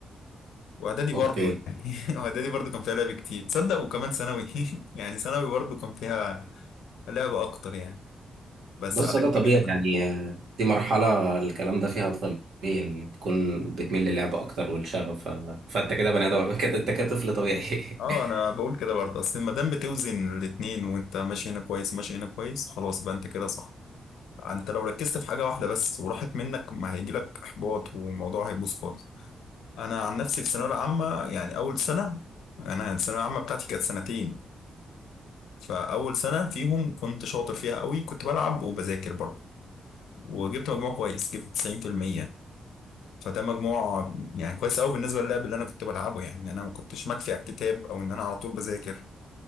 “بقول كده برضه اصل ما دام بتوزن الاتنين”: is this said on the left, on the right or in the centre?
Left